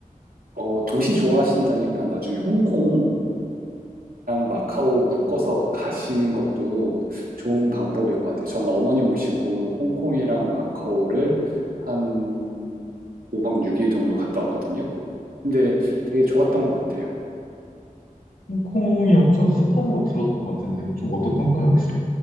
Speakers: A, on the right; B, on the left.
A: 어, 도시 좋아하신다니까 나중에 홍콩이랑 마카오 묶어서 가시는 것도 좋은 방법일 것 같아요. 저는 어머니 모시고 홍콩이랑 마카오를 한 5박 6일 정도 갔다 왔거든요. 근데 되게 좋았던 것 같아요.
B: 홍콩이 엄청 습하다고 들었던 것 같은데, 좀 어떻던가요, 혹시?